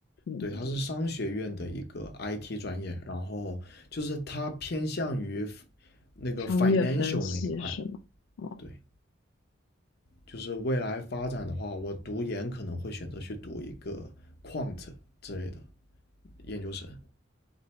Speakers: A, on the left (about 80°); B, on the left (about 55°).
A: 嗯，
B: 对，它是商学院的一个 IT 专业，然后就是它偏向于 f- 那个
A: 商业分析是吗？
B: financial 那一块的。
A: 哦
B: 对，就是未来发展的话，我读研可能会选择去读一个 quant 之类的研究生。